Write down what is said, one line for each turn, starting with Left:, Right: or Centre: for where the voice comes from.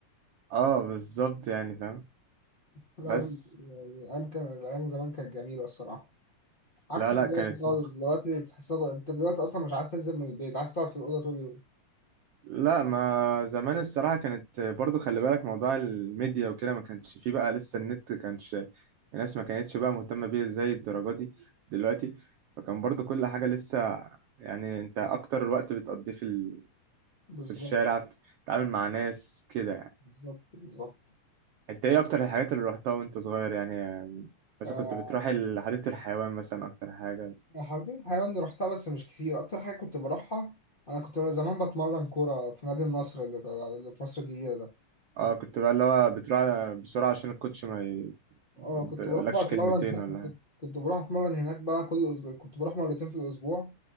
Right: اه بالظبط يعني فاهم
Left: <laughs> لازم
Right: بس
Left: الايام كان الايام زمان كانت جميله الصراحه عكس
Right: لا
Left: دلوقتي
Right: لا كانت
Left: خالص
Right: مخ
Left: دلوقتي تحسها انت دلوقتي اصلا مش عايز تنزل من البيت عايز تقعد في الاوضه طول اليوم
Right: لا ما زمان الصراحة كانت برضو خلي بالك موضوع الميديا وكده ما كانش فيه بقى لسه النت كانش الناس ما كانتش بقى مهتمة بيه زي الدرجة دي دلوقتي فكان برضو كل حاجة لسه يعني انت اكتر الوقت بتقضيه في ال...
Left: بالظبط
Right: في الشارع في... تتعامل مع ناس كده يعني.
Left: بالظبط بالظبط
Right: انت ايه اكتر الحاجات اللي رحتها وانت صغير يعني مثلا
Left: آه
Right: كنت بتروح ال- حديقة الحيوان مثلا اكتر حاجة
Left: حديقة الحيوان اللي رحتها بس مش كتير اكتر حاجه كنت بروحها انا كنت زمان بتمرن كوره في نادي النصر اللي اللي في مصر الجديده ده كنت
Right: اه كنت بقى اللي هو بتروح بسرعة عشان الكوتش ما ي-
Left: اه
Right: ما
Left: كنت
Right: يقولكش
Left: بروح بقى اتمرن
Right: كلمتين
Left: <laughs>
Right: ولا
Left: كنت
Right: حاجة
Left: كنت بروح اتمرن هناك بقى كل أسبوع. كنت بروح مرتين في الاسبوع